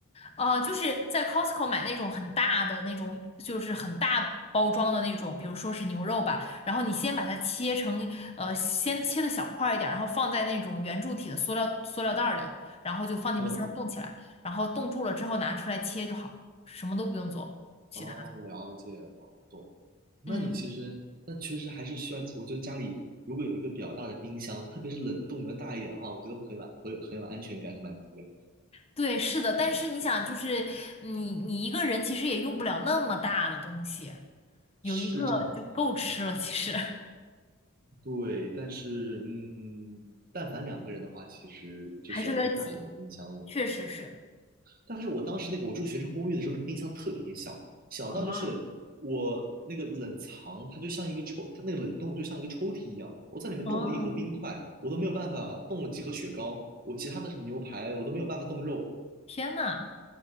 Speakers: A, on the left (about 30°); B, on the right (about 40°).
A: 呃，就是在 Costco 买那种很大的那种，就是很大包装的那种，比如说是牛肉吧，然后你先把它切成，呃，先切的小块儿一点儿，然后放在那种圆柱体的塑料塑料袋儿里，然后就放进冰箱冻起来，
B: 嗯，
A: 然后冻住了之后拿出来切就好，什么都不用做，其他，
B: 哦，了解了，懂。那你其实，
A: 嗯，
B: 那其实还是需要，我觉得家里如果有一个比较大的冰箱，特别是冷冻要大一点的话，我觉得会很满，会有很有安全感和满足感。
A: 对，是的，但是你想，就是你你一个人其实也用不了那么大的东西，有一个就够吃了，
B: 是这样子的，是这样子的。
A: 其实 <laughs>
B: 对，但是，嗯，但凡两个人的话，其实就需要一个大一点的冰箱了。
A: 还是有点挤，确实是，
B: 但是我当时那个我住学生公寓的时候，那个冰箱特别小，小到就是我那个冷藏，
A: 啊，
B: 它就像一个抽，它那个冷冻就像一个抽屉一样，我在里面冻了一盒冰块，
A: 哦。
B: 我都没有办法冻了几盒雪糕，我其他的什么牛排我都没有办法冻肉。
A: 天呐，